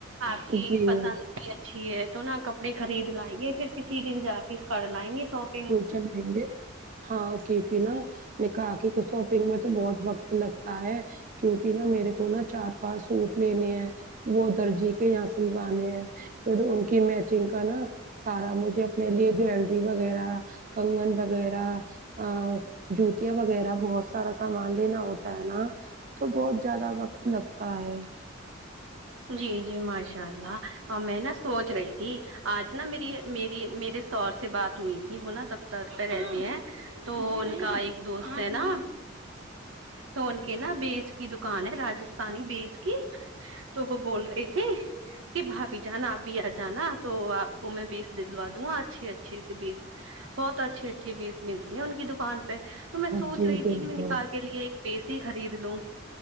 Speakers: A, on the right; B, on the right.
A: آپ کی
B: جی
A: پسند بھی اچھی ہے تو نا کپڑے خرید لائیں گے پھر کسی دن جا کے پھر کر لائیں گے شاپنگ
B: چل لینگے ہاں کیونکہ نا نکاح کو شاپنگ میں تو بہت وقت لگتا ہے کیونکہ نا میرے کو نا چار پانچ سوٹ لینے ہیں وہ درجی کے یہاں سلوانے ہیں پ ان کی میچنگ کا نا سارا مجھے اپنے لیے جیل وغیرہ کنگن وغیرہ ا جوتیاں وغیرہ بہت سارا سامان لینا ہوتا ہے نا تو بہت زیادہ وقت لگتا ہے
A: جی جی ماشاء اللہ میں نا سوچ رہی تھی آج نا میری میری میرے سور سے بات ہوئی تھی وہ نا دفتر پہ رہتے ہیں تو ان کا ایک دوست ہے نا تو ان کے نا بیس کی دکان ہے رجستھانی بیس کی تو وہ بول رہی تھی کہ بھابھی جان آب بھی آ جانا تو آپ کو میں بیس دلوا دوں گا اچھے اچھے سے بیس بہت اچھے اچھے بیس ملتی ہیں ان کی دکان پ تو میں سوچ
B: جی
A: رہی تھی
B: بالکل
A: کہ میں نکاح کے لیے ایک بیسی خرید لوں